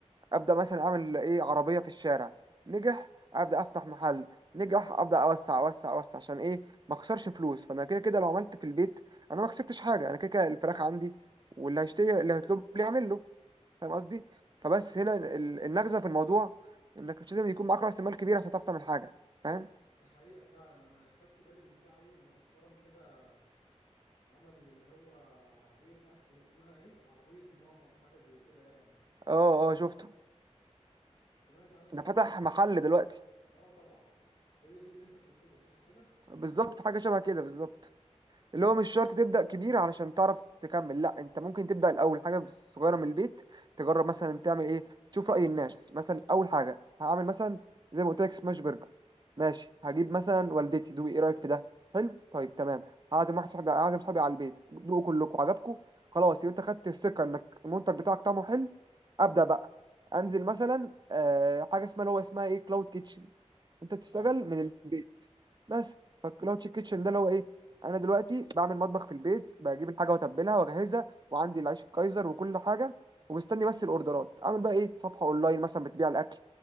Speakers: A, on the right; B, on the left.
A: ابدا مثلا اعمل ايه عربيه في الشارع نجح ابدا افتح محل نجح ابدا اوسع اوسع اوسع عشان ايه ما اخسرش فلوس فانا كده كده لو عملت في البيت انا ما خسرتش حاجه انا كده كده الفراخ عندي واللي هيشتري اللي هيطلب لي يعمل له فاهم قصدي فبس هنا ال- النغزه في الموضوع انك مش لازم يكون معاك راس مال كبير عشان تعرف تعمل حاجه فاهم
B: ده حقيقة فعلا أنا خدت بالي إن في عيل مؤخرا كده عمل اللي هو عربية أكل اسمها إيه؟ عربية ماما حاجة زي كده يعني
A: اه اه شفته
B: سمعت عنه
A: ده
B: أكيد
A: فتح محل دلوقتي
B: اه طبعا هي دي اللي انت تقصده صح كده
A: بالظبط حاجه شبه كده بالظبط اللي هو مش شرط تبدا كبير علشان تعرف تكمل لا انت ممكن تبدا الاول حاجه صغيره من البيت تجرب مثلا تعمل ايه تشوف راي الناس مثلا اول حاجه هعمل مثلا زي ما قلت لك سماش برجر ماشي هجيب مثلا والدتي دوقي ايه رايك في ده حلو طيب تمام هعزم واحد صاحبي هعزم صاحبي على البيت دوقوا كلكم عجبكم خلاص يبقى انت خدت الثقه انك المنتج بتاعك طعمه حلو ابدا بقى انزل مثلا آه حاجه اسمها اللي هو اسمها ايه كلاود كيتشن انت تشتغل
B: اه
A: من البيت بس فالكلاود كيتشن ده اللي هو ايه انا دلوقتي بعمل مطبخ في البيت بجيب الحاجه واتبلها واجهزها وعندي العيش الكايزر وكل حاجه ومستني بس الاوردرات اعمل بقى ايه صفحه اونلاين مثلا بتبيع الاكل